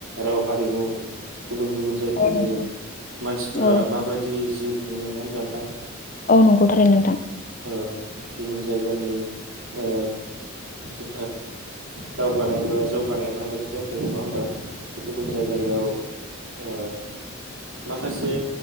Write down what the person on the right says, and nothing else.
राव हारिमु गुबुन गुबुन जायगानि
मानसिफोरा
माबायदि जिव खुङो नंङा होनबा नोथां?
ओ गुबुन जायगानि ओ दि दावगानाय बा जौगानाया माबायदि जाखो नंङा होमबा गुबुन जायगायाव ओ माखासे